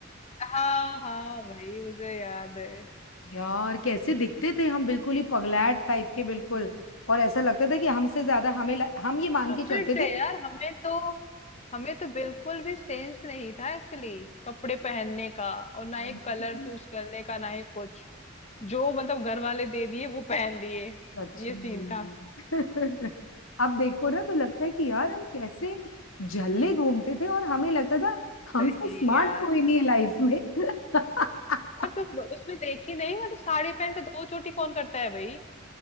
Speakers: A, on the left; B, on the left.
A: हाँ
B: हाँ
A: हाँ
B: हाँ
A: भाई मुझे याद है
B: यार कैसे दिखते थे हम बिल्कुल ही पगलैट टाइप के बिल्कुल और ऐसा लगता था कि हमसे ज्यादा हमें ला- हम ये
A: स्टूपिड
B: मान के चलते
A: थे यार हमें तो हमें तो बिल्कुल भी सेंस नहीं था एक्चुअली कपड़े पहनने का और ना
B: थे
A: ही कलर चूज करने का ना ही कुछ जो मतलब घर वाले दे दिए वो पहन लिए
B: सच
A: ये
B: में
A: सीन था
B: <laughs> अब देखो ना तो लगता है कि यार हम कैसे झल्ले घूमते थे और हमें लगता था हमसे
A: सही
B: स्मार्ट
A: यार
B: कोई नहीं है लाइफ में <laughs>
A: और तुम उसमें देखी नहीं मतलब साड़ी पहन के दो चोटी कौन करता है भाई